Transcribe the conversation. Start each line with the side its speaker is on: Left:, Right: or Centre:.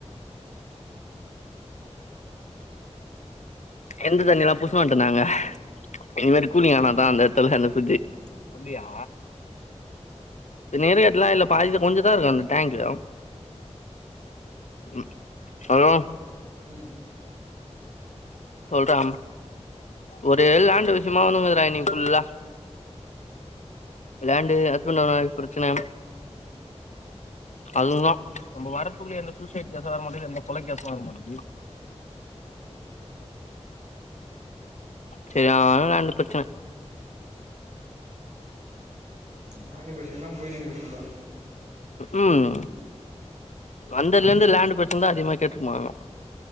Left: இருந்த தண்ணியிலா புடிச்சினு வந்துட்டோ நாங்க இனிமேட்டு கூலிங்கானாதா அந்த எடத்துல அந்த பிரிட்ஜ் அப்டியா
Right: ம்
Left: இது நேர்கட்லா இல்ல பாதி கொஞ்சந்தா இருக்கு அந்த டேங்க்கு ம் ஹலோ
Right: ம்
Left: சொல்றா ஒரு லேண்ட் விஷ்யமா வந்துனுயிருக்குதுறா இன்னிக்கி ஃபுல்லா லண்ட்டு ஹஸ்பண்ட் அண்ட் ஒய்ஃப் பிரச்சன
Right: ம்
Left: அதுந்தா நம்ப வரத்துக்குள்ள எந்த சூசைட் கேஸ்சு வர மாட்டிங்குது எந்த கொல கேஸ்சு வர மாட்டிங்குது செரியான லேண்ட் பிரச்சன
Right: லேண்ட்டு பிரச்சனதா போய்னுருக்குது ஃபுல்லா
Left: ம் வந்ததுல இருந்து லேண்டு் பிரச்சனதா அதிகமா கேட்டுருப்பாங்க